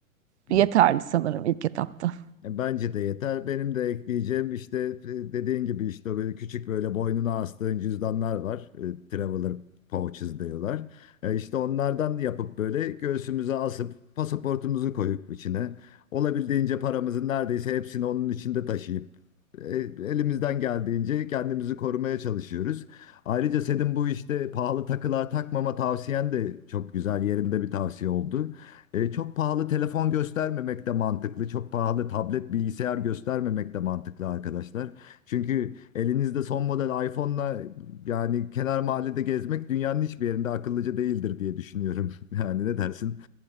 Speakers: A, on the right; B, on the left.
A: yeterli
B: Hmm.
A: sanırım ilk etapta.
B: E, Bence de yeter. Benim de ekleyeceğim işte e, dediğin gibi işte böyle küçük böyle boynuna astığın cüzdanlar var. E, Traveler pouches diyorlar. E, İşte onlardan yapıp böyle göğsümüze asıp pasaportumuzu koyup içine olabildiğince paramızın neredeyse hepsini onun içinde taşıyıp e, elimizden geldiğince kendimizi korumaya çalışıyoruz. Ayrıca senin bu işte pahalı takılar takmama tavsiyen de çok güzel yerinde bir tavsiye oldu. E, çok pahalı telefon göstermemek de mantıklı. Çok pahalı tablet, bilgisayar göstermemek de mantıklı arkadaşlar. Çünkü elinizde son model iPhone'la yani kenar mahallede gezmek dünyanın hiçbir yerinde akıllıca değildir diye düşünüyorum. <laughs> Yani ne dersin?